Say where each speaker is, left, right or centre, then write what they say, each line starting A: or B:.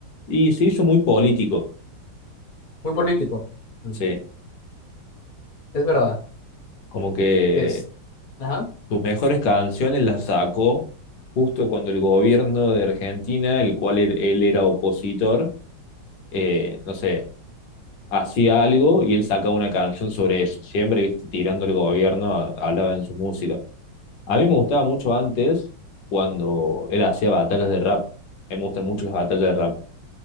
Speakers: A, on the left; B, on the left.
A: Y se hizo muy político,
B: Muy político. Mm.
A: sí.
B: Es verdad.
A: Como que
B: Es... Ajá,
A: Sus mejores canciones las sacó justo cuando el gobierno de Argentina, el cual él, él era opositor, eh, no sé, hacía algo y él sacaba una canción sobre eso. Siempre, viste, tirando el gobierno, a- hablaba en su música. A mí me gustaba mucho antes cuando él hacía batallas de rap. A mí me gustan mucho las batallas de rap.